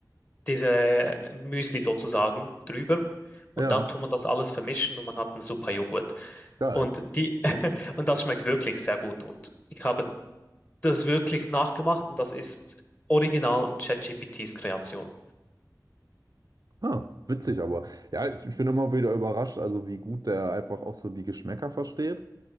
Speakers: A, on the left; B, on the right.
A: diese Müsli sozusagen drüber. Und
B: Ja,
A: dann tut man das alles vermischen und man hat einen super Joghurt.
B: geil.
A: Und die, <laughs> und das schmeckt wirklich sehr gut. Und ich habe das wirklich nachgemacht und das ist original ChatGPTs Kreation.
B: Ah, witzig, aber ja, ich, ich bin immer wieder überrascht, also wie gut der einfach auch so die Geschmäcker versteht.